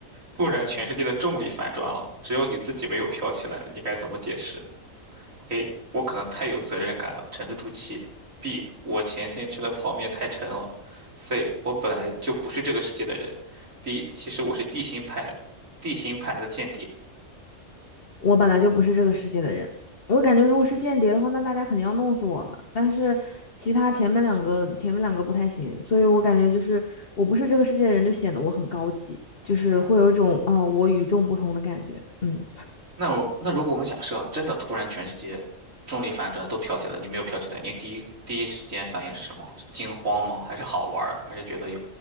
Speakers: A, on the right (about 90°); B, on the left (about 50°).
A: 突然全世界的重力反转了，只有你自己没有飘起来，你该怎么解释？A. 我可能太有责任感了，沉得住气。B. 我前天吃的泡面太沉了。C. 我本来就不是这个世界的人。D. 其实我是地心派，地心派来的间谍。
B: 我本来就不是这个世界的人，我感觉如果是间谍的话，那大家肯定要弄死我了。但是其他前面两个前面两个不太行，所以我感觉就是我不是这个世界的人，就显得我很高级，就是会有一种哦我与众不同的感觉。嗯。
A: 那我那如果我们假设真的突然全世界重力反转都飘起来，你没有飘起来，你第一第一时间反应是什么？是惊慌吗？还是好玩儿？还是觉得有，